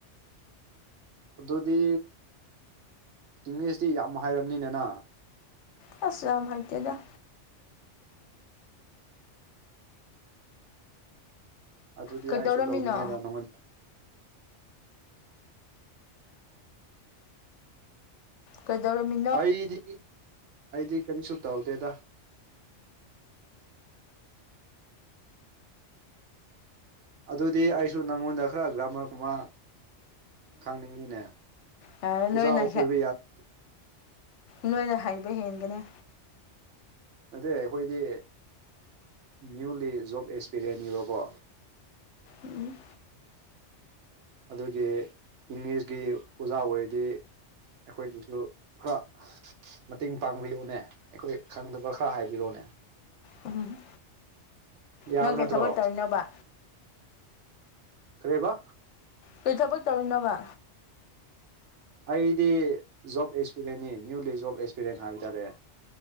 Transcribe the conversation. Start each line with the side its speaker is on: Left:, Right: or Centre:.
Right: ꯑꯗꯨꯗꯤ ꯏꯪꯂꯤꯁꯇꯤ ꯌꯥꯝ ꯍꯥꯏꯔꯕꯅꯤꯅꯅ
Left: ꯑꯁꯂꯝ ꯍꯥꯏꯠꯇꯗ
Right: ꯑꯗꯨꯗꯤ
Left: ꯀꯩꯗꯧꯔꯝꯃꯤꯅꯣ
Right: ꯑꯩꯁꯨ ꯂꯧꯅꯤꯡꯉꯦꯗ ꯅꯉꯣꯟ
Left: ꯀꯩꯗꯧꯔꯝꯃꯤ
Right: ꯑꯩꯗꯤ ꯑꯩꯗꯤ ꯀꯔꯤꯁꯨ ꯇꯧꯗꯦꯗ ꯑꯗꯨꯗꯤ ꯑꯩꯁꯨ ꯅꯪꯉꯣꯟꯗ ꯈꯔ ꯒ꯭ꯔꯥꯃꯔ ꯀꯨꯝꯃ ꯈꯪꯅꯤꯡꯉꯤꯅꯦ
Left: ꯍꯥꯏꯔ
Right: ꯑꯣꯖꯥ
Left: ꯅꯣꯏꯅ
Right: ꯑꯣꯏꯕ ꯌꯥꯔ
Left: ꯅꯣꯏꯅ ꯍꯩꯕ ꯍꯦꯟꯒꯅꯤ
Right: ꯑꯗꯨꯗ ꯑꯩꯈꯣꯏꯗꯤ ꯅ꯭ꯌꯨꯂꯤ ꯖꯣꯕ ꯑꯦꯛꯁꯄꯤꯔꯤꯌꯦꯦꯟꯅꯤꯕꯀꯣ
Left: ꯎꯝ
Right: ꯑꯗꯨꯒꯤ ꯏꯪꯂꯤꯁꯀꯤ ꯑꯣꯖꯥ ꯑꯣꯏꯔꯗꯤ ꯑꯩꯈꯣꯏꯒꯤꯁꯨ ꯈꯔ ꯃꯇꯦꯡ ꯄꯥꯡꯕꯤꯌꯨꯅꯦ ꯑꯩꯈꯣꯏ ꯈꯪꯗꯕ ꯈꯔ ꯍꯥꯏꯕꯤꯔꯣꯅꯦ
Left: ꯎꯝ
Right: ꯌꯥꯕ
Left: ꯅꯪ ꯀꯩ
Right: ꯅꯠꯇ꯭ꯔꯣ
Left: ꯊꯕꯛ ꯇꯧꯔꯤꯅꯣꯕ
Right: ꯀꯔꯤꯕ
Left: ꯀꯩ ꯊꯕꯛ ꯇꯧꯔꯤꯕ
Right: ꯑꯩꯗꯤ ꯖꯣꯕ ꯑꯦꯛꯁꯄꯤꯔꯦꯟꯅꯤ ꯅ꯭ꯌꯨꯂꯤ ꯖꯣꯕ ꯑꯦꯛꯁꯄꯤꯔꯦꯟ ꯍꯥꯏꯕ ꯇꯥꯔꯦ